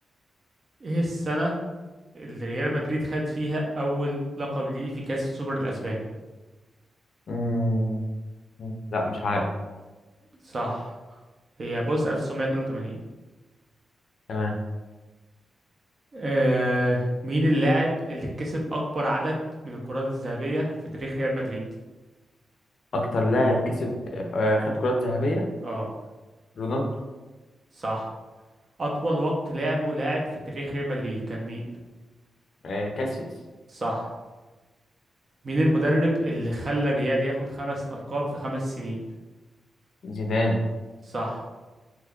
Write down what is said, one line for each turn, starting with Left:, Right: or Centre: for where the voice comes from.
Right: ايه السنة اللي ريال مدريد خد فيها أول لقب ليه في كأس السوبر الأسباني
Left: مم. لا مش عارف
Right: صح هي بص 1982
Left: تمام
Right: آه مين اللاعب اللي كسب أكبر عدد من الكرات الذهبية في تاريخ ريال مدريد
Left: أكتر لاعب كسب آه، آه، خد كرات ذهبية
Right: اه
Left: رونالدو
Right: صح أطول وقت لعبه لاعب في تاريخ ريال مدريد كان مين
Left: آه، كاسياس
Right: صح مين المدرب اللي خلى الريال ياخد خمس ألقاب في خمس سنين
Left: زيدان
Right: صح